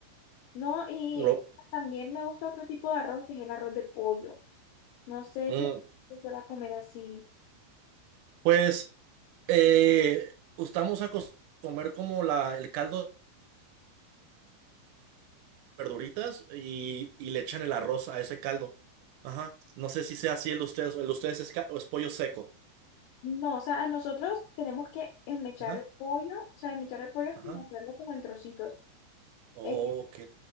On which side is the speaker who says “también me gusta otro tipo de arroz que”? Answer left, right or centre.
Left